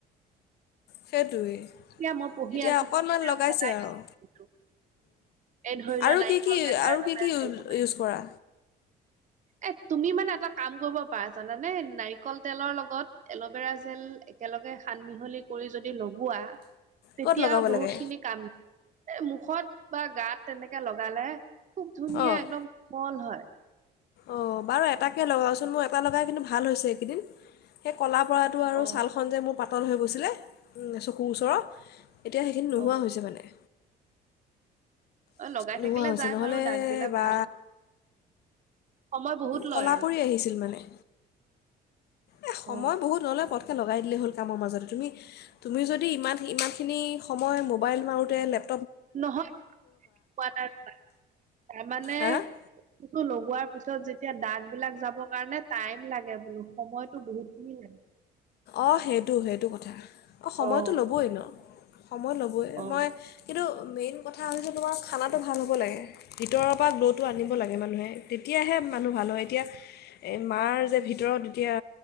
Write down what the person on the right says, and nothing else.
এতিয়া মই পঢ়ি
আছিলো
লগাই
দিছে এই ধৰি লোৱা
নাৰিকল
তেল বা
এল'ভেৰা
তেল লগাই।
এ তুমি মানে এটা কাম কৰিব পাৰা জানানে নাৰিকল তেলৰ লগত এল'ভেৰা জেল একেলগে সান মিহলি কৰি যদি লগোৱা, তেতিয়া
বহুত
খিনি কাম, মুখত বা গাত তেনেকে লগালে খুব ধুনীয়া
একদম কমল হয়।
অ
অ
অ লগাই
থাকিলে
যায়
বাৰু দাগ বিলাক
ভাল সময় বহুত লয়
আৰু
অ
নহয়োৱা নাই তাৰমানে
বস্তুটো লগোৱাৰ পিছত যে এতিয়া দাগ বিলাক যাবৰ কাৰণে টাইম লাগে বোলো সময়তো বহুত খিনি লাগে।
অ',
অ',